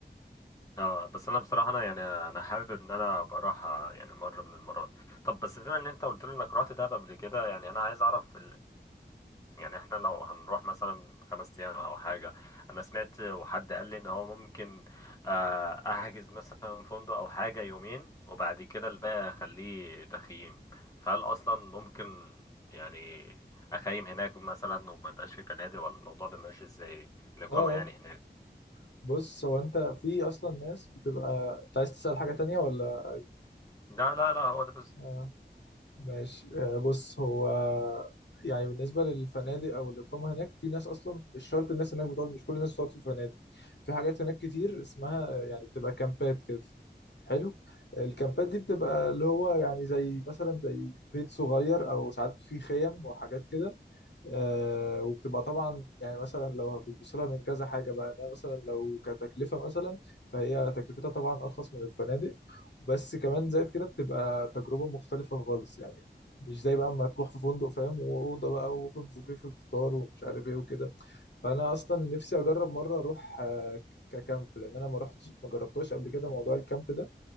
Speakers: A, on the left (about 20°); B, on the left (about 75°).
A: اه بس انا بصراحة انا يعني انا حابب ان انا ابقى اروح آه، يعني مرة من المرات طب بس بما ان انت قلت لي انك رحت دهب قبل كده يعني انا عايز اعرف يعني احنا لو هنروح مثلا خمس ايام او حاجه انا سمعت وحد قال لي ان هو ممكن آه، احجز مثلا فندق او حاجه يومين وبعد كده الباقي اخليه تخييم فهل اصلا ممكن يعني اخيم هناك مثلا وما يبقاش في فنادق ولا الموضوع بيبقى ماشي ازاي الاقامه
B: اه آه.
A: يعني هناك
B: بص هو انت في اصلا ناس بتبقى انت عايز تسأل حاجة تانية ولا
A: لا لا لا هو ده بس
B: آه. ماشي آه، بص هو يعني بالنسبة للفنادق أو الإقامة هناك في ناس أصلا مش شرط الناس هناك بتقعد مش كل الناس بتقعد في فنادق في حاجات هناك كتير اسمها آه، يعني بتبقى كامبات كده حلو آه، الكامبات دي بتبقى اللي هو يعني زي مثلا زي بيت صغير أو ساعات في خيم وحاجات كده آه وبتبقى طبعا يعني مثلا لو بتبص لها من كذا حاجه بقى إن هي مثلا لو كتكلفه مثلا فهي تكلفتها طبعا ارخص من الفنادق بس كمان زائد كده بتبقى تجربه مختلفه خالص يعني مش زي بقى اما تروح في فندق فاهم واوضه بقى واوبن بوفيه في الفطار ومش عارف ايه وكده فانا اصلا نفسي اجرب مره اروح آه ككامب لان انا ما رحتش ما جربتهاش قبل كده موضوع الكامب ده